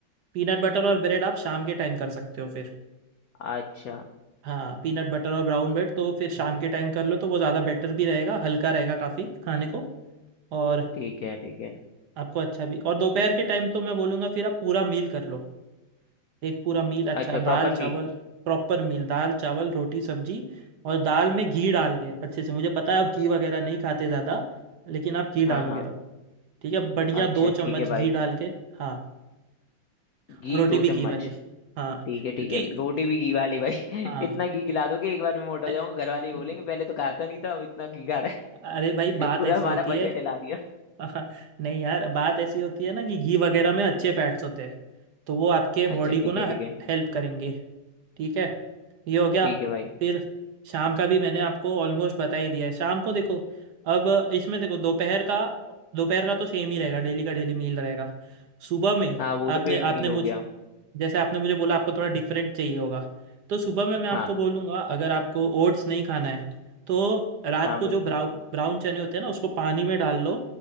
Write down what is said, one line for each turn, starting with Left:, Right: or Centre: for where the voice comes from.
Right: पीनट बटर और ब्रेड आप शाम के टाइम कर सकते हो फिर
Left: अच्छा
Right: हाँ पीनट बटर और ब्राउन ब्रेड तो फिर शाम के टाइम कर लो तो वो ज़्यादा बेटर भी रहेगा हल्का रहेगा काफ़ी खाने को और
Left: ठीक है ठीक है
Right: आपको अच्छा भी और दोपहर के टाइम तो मैं बोलूँगा फिर आप पूरा मील कर लो एक पूरा मील अच्छा
Left: अच्छा
Right: दाल
Left: प्रॉपर
Right: चावल
Left: मील
Right: प्रॉपर मील दाल चावल रोटी सब्जी और दाल में घी डाल के अच्छे से मुझे पता है आप घी वगैरह नहीं खाते ज़्यादा लेकिन आप घी डालोगे
Left: हाँ हाँ
Right: ठीक है बढ़िया
Left: अच्छा
Right: दो चम्मच
Left: ठीक है
Right: घी
Left: भाई
Right: डाल के हाँ
Left: घी
Right: और रोटी
Left: दो
Right: भी
Left: चम्मच
Right: घी वाली हाँ
Left: ठीक है ठीक
Right: क्योंकि
Left: है रोटी भी घी वाली भाई
Right: हाँ
Left: <laughs> इतना घी खिला दोगे एक बार में मोटा हो
Right: नहीं,
Left: जाऊंगा घर वाले ही बोलेंगे पहले तो खाता नहीं था अब इतना घी खा रहा
Right: अरे भाई बात
Left: है <laughs> पूरा
Right: ऐसी
Left: हमारा
Right: होती
Left: बजट
Right: है
Left: हिला दिया
Right: <laughs> नहीं यार बात ऐसी होती है ना कि घी वगैरह में अच्छे फैट्स होते हैं तो वो आपके
Left: अच्छा
Right: बॉडी
Left: ठीक
Right: को ना
Left: है ठीक है
Right: हेल्प करेंगे ठीक है ये हो गया
Left: ठीक है भाई
Right: फिर शाम का भी मैंने आपको ऑलमोस्ट बता ही दिया है शाम को देखो अब इसमें देखो दोपहर का दोपहर का तो सेम ही रहेगा डेली का डेली मील रहेगा सुबह में
Left: हाँ वो तो
Right: आपने
Left: फिर मील
Right: आपने
Left: हो
Right: मुझ
Left: गया
Right: जैसे आपने मुझे बोला आपको थोड़ा डिफरेंट चाहिए होगा तो सुबह में मैं आपको
Left: हाँ
Right: बोलूँगा अगर आपको ओट्स नहीं खाना है तो रात
Left: हाँ
Right: को
Left: बिल्कुल
Right: जो ब्राउ ब्राउन चने होते हैं ना उसको पानी में डाल लो